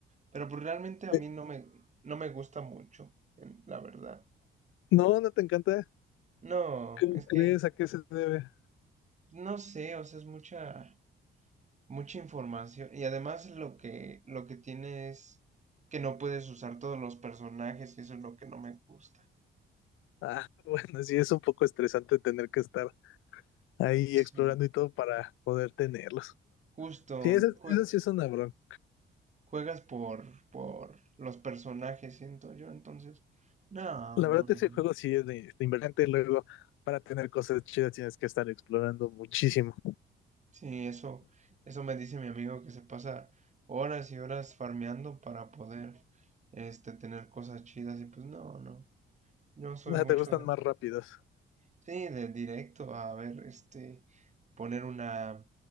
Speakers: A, on the right; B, on the left.
A: Pero pues realmente a
B: Eh,
A: mí no me, no me gusta mucho, en- la verdad.
B: no, no te encanta.
A: No,
B: ¿Cómo
A: es
B: crees?
A: que,
B: ¿A qué se debe?
A: no sé, o sea, es mucha. mucha información. Y además lo que, lo que tiene es que no puedes usar todos los personajes y eso es lo que no me gusta.
B: Ah, <laughs> bueno, sí, es un poco estresante tener que estar ahí
A: Sí.
B: explorando y todo para poder tenerlos.
A: Justo
B: Sí, eso,
A: jue-
B: eso sí es una bronca.
A: juegas por, por los personajes, siento yo, entonces. No,
B: La
A: no,
B: verdad,
A: no.
B: ese
A: no.
B: juego sí es de, de invergente. Luego, para tener cosas chidas tienes que estar explorando muchísimo.
A: Sí, eso, eso me dice mi amigo que se pasa horas y horas farmeando para poder este tener cosas chidas y pues no, no. Yo soy
B: O
A: mucho
B: sea, te gustan
A: de
B: más rápidos.
A: Sí, de directo a ver, este, poner una,